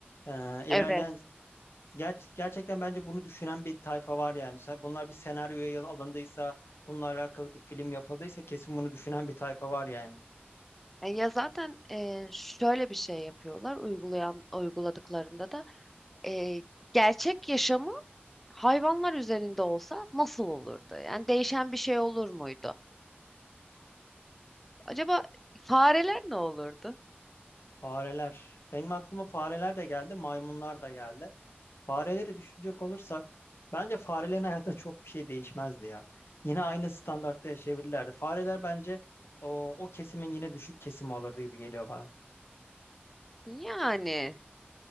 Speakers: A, on the left; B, in the centre.
A: e,
B: Evet.
A: ilerleyen ger- gerçekten bence bunu düşünen bir tayfa var yani. Sen- Bunlar bir senaryoya alındıysa, bununla alakalı bir film yapıldıysa kesin bunu düşünen bir tayfa var yani.
B: E, Ya zaten e, şöyle bir şey yapıyorlar uygulayan uyguladıklarında da e, gerçek yaşamı hayvanlar üzerinde olsa nasıl olurdu? Yani değişen bir şey olur muydu? Acaba fareler ne olurdu?
A: Fareler. Benim aklıma fareler de geldi, maymunlar da geldi. Fareleri düşünecek olursak bence farelerin hayatında çok bir şey değişmezdi ya. Yine aynı standartta yaşayabilirlerdi. Fareler bence o, o kesimin yine düşük kesimi olurdu gibi geliyor bana.
B: Yani